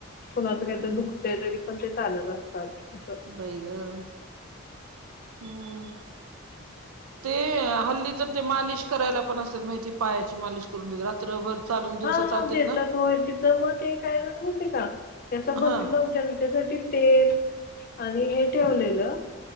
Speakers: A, on the left (about 40°); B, on the right (about 80°).
A: कुणाला
B: हम्म
A: काय तर दुखतंय तरी पण ते चालत असतात असं.
B: बाई गं. हम्म ते हल्ली तर ते मालिश करायला पण असतात माहिती पायाची मालिश करून देतात रात्रभर चालून
A: हां
B: दिवसा चालतेत
A: हां देतात
B: ना
A: होय तिथं मग ते काय झालं माहिती आहे का? ते असं बसलं
B: हा
A: त्यांच्यासाठी तेल आणि हे ठेवलेलं